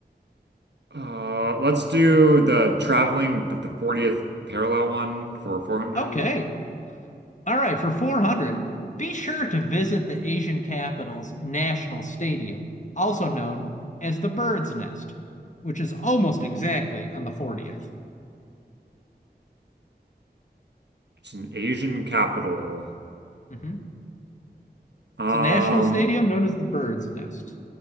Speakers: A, on the right; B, on the left.
A: Uh, let's do the traveling the, the 40th parallel one for 400.
B: Okay. All right. For 400, be sure to visit the Asian capital's National Stadium, also known as the Bird's Nest, which is almost exactly on the 40th.
A: It's an Asian capital.
B: Mhm.
A: Um,
B: It's a national stadium known as the Bird's Nest.